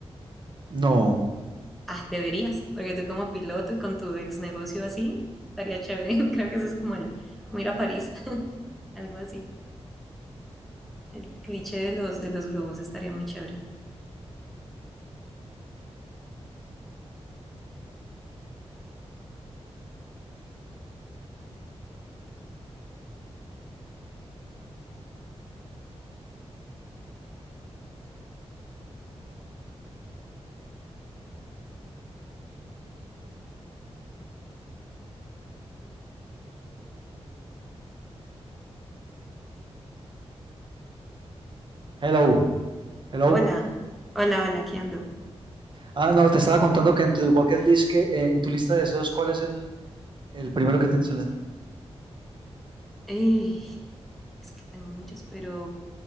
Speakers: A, on the right (about 45°); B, in the centre.
A: No.
B: Ah, deberías, porque tú como piloto y con tu ex negocio así, estaría chévere. <laughs> Creo que eso es como el, como ir a París, <laughs> algo así. El cliché de los, de los globos estaría muy chévere.
A: Hello, hello.
B: Hola, hola, hola, ¿qué ando?
A: Ah, no, te estaba contando que en tu bucket list, que, eh, en tu lista de deseos, ¿cuál es el, el primero que tienes en la...
B: Ey, es que tengo muchos, pero